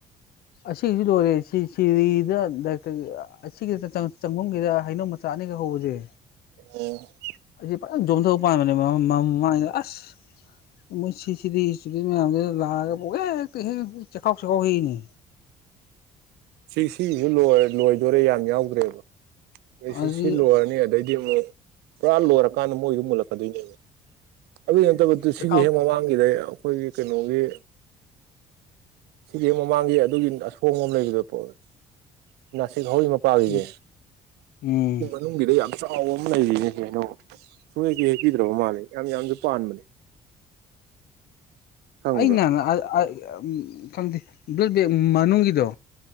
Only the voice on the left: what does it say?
ꯑꯁꯤꯁꯨ ꯂꯣꯏꯔꯦ ꯁꯤ ꯁꯤꯔꯤꯗ ꯗꯥꯏꯛꯇ <unintelligible> ꯆꯪꯕꯝꯒꯤꯗ ꯍꯩꯅꯧ ꯃꯠ ꯆꯥꯅꯤꯒ ꯍꯧꯕꯁꯦ
ꯑꯁꯤ ꯐꯖꯟ ꯖꯣꯝ ꯖꯣ ꯄꯟꯕꯅꯦꯕ <unintelligible> ꯃꯥꯏꯗꯥ ꯑꯁ ꯃꯣꯏ ꯁꯤꯁꯤꯗꯤ ꯏꯁꯇꯨꯗꯦꯟ ꯃꯌꯥꯝꯁꯤꯗ ꯂꯥꯛꯑꯒ ꯄꯨꯛ ꯍꯦꯛꯇ ꯍꯦꯛ ꯆꯦꯛꯈꯥꯎ ꯆꯈꯥꯎ ꯍꯏꯅꯤ
ꯑꯗꯨꯗꯤ
ꯆꯦꯈꯥꯎ
ꯎꯝ ꯎꯝ
ꯑꯩꯅ <unintelligible> ꯈꯪꯗꯦ ꯕ꯭ꯂꯠ ꯕꯦꯛ ꯃꯅꯨꯡꯒꯤꯗꯣ